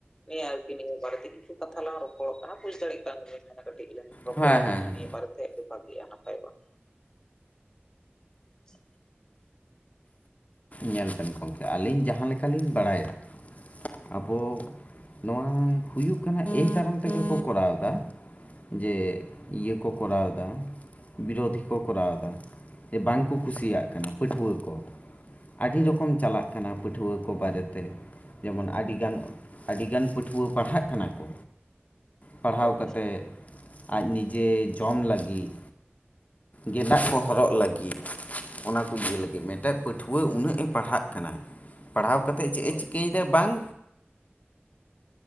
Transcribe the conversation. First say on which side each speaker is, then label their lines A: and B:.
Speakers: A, on the left; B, on the left.
A: ᱦᱳᱭ ᱟᱨᱠᱤ ᱱᱤᱭᱟᱹ ᱵᱟᱨᱮᱛᱮ ᱟᱹᱰᱤ ᱠᱤᱪᱷᱩ ᱠᱟᱛᱷᱟ ᱞᱟᱝ ᱨᱚᱯᱚᱲᱚᱜ-ᱟ ᱵᱩᱡ ᱫᱟᱲᱮᱜ ᱠᱟᱱ ᱱᱤᱭᱮ ᱠᱟᱹᱴᱤᱡ ᱞᱟᱝ ᱨᱚᱯᱚᱲ
B: ᱦᱮᱸ
A: ᱞᱮᱱᱠᱷᱟᱱ
B: ᱦᱮᱸ ᱦᱮᱸ
A: ᱱᱤᱭᱟᱹ ᱵᱟᱨᱮᱛᱮ ᱟᱹᱰᱤ ᱵᱷᱟᱹᱜᱤᱜᱼᱟ ᱱᱟᱯᱟᱭᱚᱜ-ᱟ᱾ <unintelligible>
B: ᱧᱮᱞ ᱵᱮᱱ ᱜᱚᱝᱠᱮ ᱟᱹᱞᱤᱧ ᱡᱟᱦᱟᱸ ᱞᱮᱠᱟᱞᱤᱧ ᱵᱟᱲᱟᱭᱟ ᱟᱵᱚ ᱱᱚᱣᱟ ᱦᱩᱭᱩᱜ ᱠᱟᱱᱟ ᱮᱭ ᱠᱟᱨᱚᱱ ᱛᱮᱜᱮ ᱠᱚ ᱠᱚᱨᱟᱣ ᱫᱟ, ᱡᱮ ᱤᱭᱟᱹ ᱠᱚ ᱠᱚᱨᱟᱣ ᱫᱟ ᱵᱤᱨᱳᱫᱷᱤ ᱠᱚ ᱠᱚᱨᱟᱣ ᱫᱟ, ᱡᱮ ᱵᱟᱝᱠᱚ ᱠᱩᱥᱤᱭᱟᱜ ᱠᱟᱱᱟ ᱯᱟᱹᱴᱷᱣᱟᱹ ᱠᱚ, ᱟᱹᱰᱤ
A: ᱦᱳᱭ
B: ᱨᱚᱠᱚᱢ ᱪᱟᱞᱟᱜ ᱠᱟᱱᱟ ᱯᱟᱹᱴᱷᱣᱟᱹ ᱠᱚ ᱵᱟᱨᱮᱛᱮ, ᱡᱮᱢᱚᱱ ᱟᱹᱰᱤᱜᱟᱱ ᱟᱹᱰᱤᱜᱟᱱ ᱯᱟᱹᱴᱷᱣᱟᱹ ᱯᱟᱲᱦᱟᱜ ᱠᱟᱱᱟ ᱠᱚ, ᱯᱟᱲᱦᱟᱣ
A: ᱦᱳᱭ
B: ᱠᱟᱛᱮ ᱟᱡ ᱱᱤᱡᱮ ᱡᱚᱢ ᱞᱟᱹᱜᱤᱫ, ᱜᱮᱸᱫᱟᱜ ᱠᱚ ᱦᱚᱨᱚᱜ ᱞᱟᱹᱜᱤᱫ ᱚᱱᱟ ᱠᱚ ᱤᱭᱟᱹ ᱞᱟᱹᱜᱤᱫ ᱢᱮᱴᱟᱡ ᱯᱟᱹᱴᱷᱣᱟᱹ ᱩᱱᱟᱹᱜ ᱮ ᱯᱟᱲᱦᱟᱜ ᱠᱟᱱᱟᱭ ᱯᱟᱲᱦᱟᱣ ᱠᱟᱛᱮᱫ ᱪᱮᱫ
A: ᱦᱳᱭ
B: ᱮ ᱪᱤᱠᱟᱹᱭ ᱫᱟ ᱵᱟᱝ